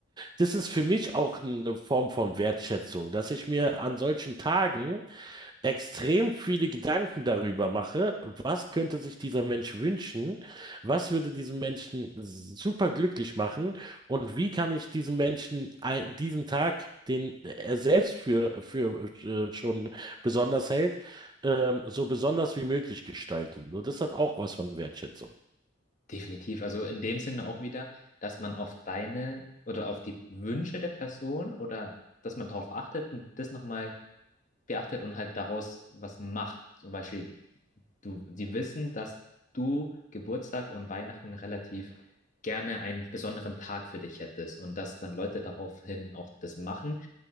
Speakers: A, on the right; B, on the left.
A: das ist für mich auch eine Form von Wertschätzung, dass ich mir an solchen Tagen extrem viele Gedanken darüber mache, was könnte sich dieser Mensch wünschen, was würde diesen Menschen super glücklich machen und wie kann ich diesem Menschen ein- diesen Tag, den er selbst für, für äh, schon besonders hält, ähm, so besonders wie möglich gestalten. So, das hat auch was von Wertschätzung.
B: Definitiv. Also in dem Sinne auch wieder, dass man auf deine oder auf die Wünsche der Person oder dass man darauf achtet und das nochmal beachtet und halt daraus was macht. Zum Beispiel Du, sie wissen, dass du Geburtstag und Weihnachten relativ gerne einen besonderen Tag für dich hättest und dass dann Leute daraufhin auch das machen,